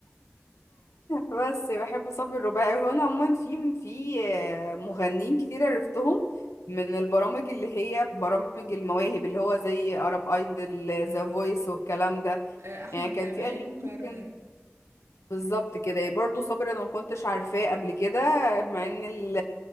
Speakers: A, on the left; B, on the right.
A: بس بحب صبر الرباعي وانا عموما في في آه، مغنيين كتير عرفتهم من البرامج اللي هي برامج المواهب اللي هو زي عرب ايدل ذا فويس والكلام ده
B: آه، احمد
A: يعني كان
B: جمال
A: في اغاني
B: وكارمن
A: ممكن بالظبط كده برضو صابر انا ما كنتش عارفاه قبل كده مع ان ال-